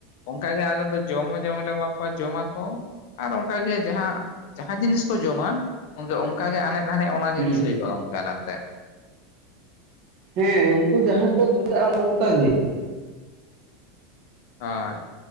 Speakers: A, on the left; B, on the right.
A: ᱚᱱᱠᱟ ᱜᱮ ᱟᱞᱮ ᱫᱚ ᱡᱚᱢ ᱦᱚᱸ ᱡᱮᱢᱱ ᱞᱮ ᱮᱢᱟ ᱠᱚᱣᱟ ᱡᱚᱢᱟ ᱠᱚ, ᱟᱨ ᱚᱱᱠᱟᱜᱮ ᱡᱟᱦᱟᱸ ᱡᱟᱦᱟᱸ ᱡᱤᱱᱤᱥ ᱠᱚ ᱡᱚᱢᱟ ᱮ ᱚᱱᱠᱟᱜᱮ ᱟᱱᱮᱡ ᱫᱟᱱᱮᱡ ᱚᱱᱟ
B: ᱦᱩᱭᱩᱜ
A: ᱡᱤᱱᱤᱥ ᱦᱩᱭᱩᱜᱼᱟ ᱟᱞᱮ ᱚᱱᱛᱮ᱾
B: ᱦᱮᱸ ᱩᱱᱠᱩ ᱡᱟᱦᱟᱸ ᱠᱚ ᱡᱚᱴᱮᱫᱟᱜ ᱚᱱᱠᱟ ᱜᱮ ᱦᱩᱭᱩᱜᱼᱟ᱾
A: ᱦᱳᱭ